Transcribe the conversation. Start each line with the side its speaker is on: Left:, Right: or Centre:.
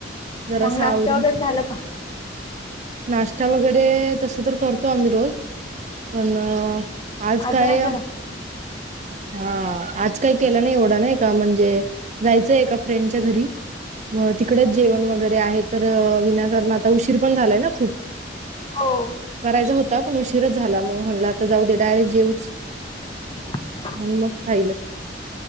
Right: जरा
Left: मग
Right: सा
Left: नाश्ता
Right: आवरून.
Left: वगैरे झालं का
Right: नाश्ता वगैरे तसं तर करतो आम्ही रोज. पण आज काय
Left: नाही केलं
Right: हा आज काही केला नाही एवढा नाही का म्हणजे जायचंय एका फ्रेंडच्या घरी. म तिकडेच जेवण वगैरे आहे तर विनाकारण आता उशीर पण झालंय ना खूप.
Left: हों.
Right: करायचा होता पण उशीरच झाला मग, म्हणल आता जाऊ दे डायरेक्ट जेवूच.
Left: ह
Right: मग खाईलं